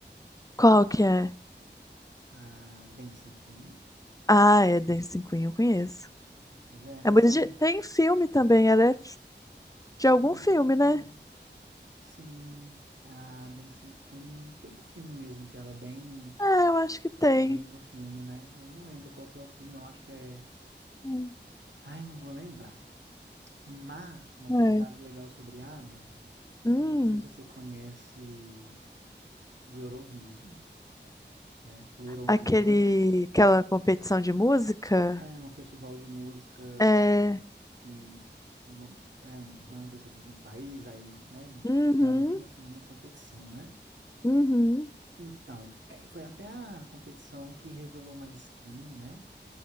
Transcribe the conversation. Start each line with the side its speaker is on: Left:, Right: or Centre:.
Left: Qual que é?
Right: A Dancing Queen.
Left: Ah, é Dancing Queen, eu conheço.
Right: Pois é, você
Left: É muito
Right: sabia.
Left: de... Tem filme também, ela é de algum
Right: Hum,
Left: filme, né?
Right: sim, a Dancing Queen. Tem um filme mesmo que ela é bem.
Left: Ah, eu acho que tem.
Right: bem do filme, né? Eu não lembro qual que é o filme, não. Acho que é.
Left: Hum,
Right: Ai, não vou lembrar. Mas uma
Left: É.
Right: curiosidade legal sobre ABBA
Left: Hum.
Right: é que eu não sei se você conhece o Eurovision, né? O Eurovision
Left: Aquele, aquela competição de música?
Right: é um festival de música
Left: É.
Right: que uma, né, bandas representam o país, aí, né?
Left: Uhum,
Right: Realmente no fim é uma competição, né?
Left: uhum.
Right: Então, é, foi até a competição que revelou Maneskin, né?